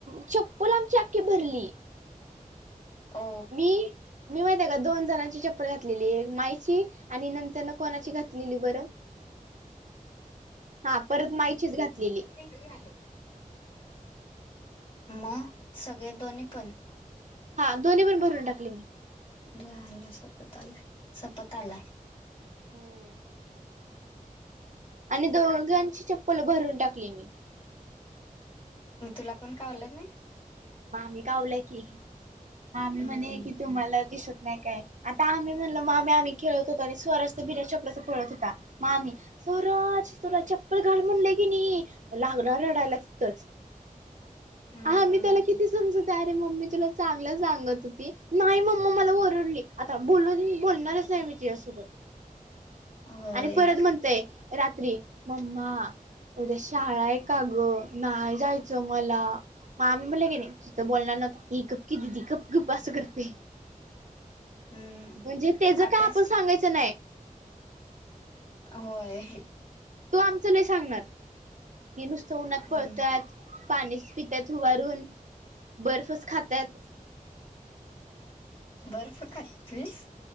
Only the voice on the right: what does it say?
चप्पल आमची अख्खी भरली.
मी मी माहती आहे का दोन जणांची चप्पल घातलेली आहे मायची आणि नंतर न. कोणाची घातलेली बरं. हा परत मायचीच घातलेली.
हा. दोन्ही पण भरून टाकले मी.
हम्म. आणि दोघांची चप्पल भरून टाकली मी.
मामी गावलं की. मामी
म्हणे की तुम्हाला दिसत नाही काय. आता आम्ही म्हणल मामी आम्ही खेळत होतो आणि स्वराज तर बिना चपलाचा पळत होता. म आम्ही -- स्वराज तुला चप्पल घाल म्हणलं की नाही. म लागला रडायला तिथंच.
हा. मी त्याला कि कायरे मम्मी तुला चांगलं सांगत होती. नाही. मम्म मला ओरडली. आता बोलून बोलणारच नाही. मी तिच्यासोबत
आणि परत म्हणतय रात्री मम्मा उद्या शाळा हाय का गं. नाही जायचं मला. म आम्ही म्हणलं कीनी -- तुथं बोलणार नव्हता. ही गप की दिदी गप गप असं करतयं.
म्हणजे तेज
काय आपण सांगायचं नायं.
तो आमचं लई सांगणार. ही नुसतं उन्हात
पळत्यात. पाणीच पित्यात हुबारून. बर्फच खात्यात.